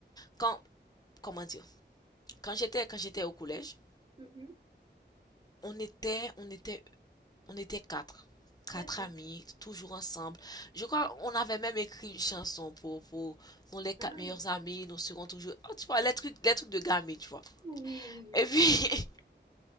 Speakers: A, on the left; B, on the right.
A: quand, comment dire, quand j'étais, quand j'étais au collège,
B: Mhm.
A: on était, on était, on était quatre,
B: D'accord.
A: quatre amis, toujours ensemble. Je crois, on avait même écrit une chanson pour, pour, nous les quatre
B: Ah,
A: meilleurs amis, nous serons toujours, oh, tu vois, les trucs, les trucs de gamins, tu vois.
B: oui, oui,
A: Et
B: oui.
A: puis, <laughs>